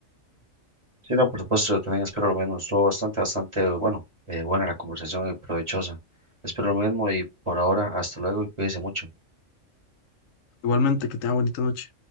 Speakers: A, on the right; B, on the left.
A: Sí, no, por supuesto, yo también espero lo mismo. Estuvo bastante, bastante, bueno, eh, buena la conversación y provechosa. Espero lo mismo y por ahora, hasta luego y cuídese mucho.
B: Igualmente, que tenga bonita noche.